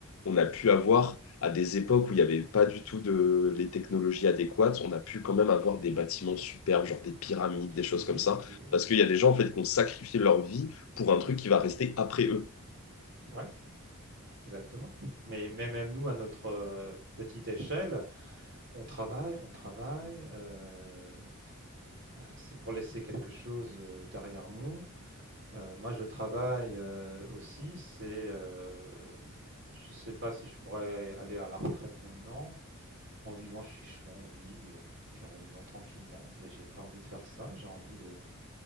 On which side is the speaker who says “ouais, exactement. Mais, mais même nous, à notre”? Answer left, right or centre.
Right